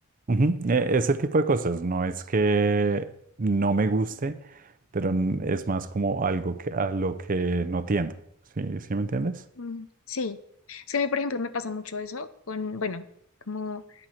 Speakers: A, on the right; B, on the left.
A: Ujú, e- Ese tipo de cosas, no es que no me guste, pero n- es más como algo que, a lo que no tiendo. ¿Sí, sí me entiendes?
B: Mm, sí. Es que a mí, por ejemplo, me pasa mucho eso con, bueno, como